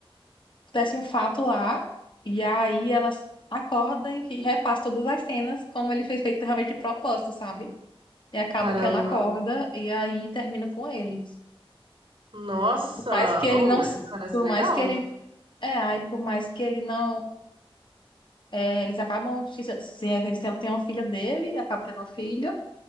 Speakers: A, on the left; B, on the right.
A: acontece um fato lá, e aí ela acorda e e repassa todas as cenas, como ele fez feito realmente de propósito, sabe? E acaba
B: Caramba.
A: que ela acorda e aí termina com ele.
B: Nossa.
A: Por mais que ele
B: Oh,
A: não.
B: isso parece
A: Por
B: legal.
A: mais que ele. É, aí por mais que ele não. é, eles acabam. Se, se eles têm- tem uma filha dele, acaba tendo uma filha.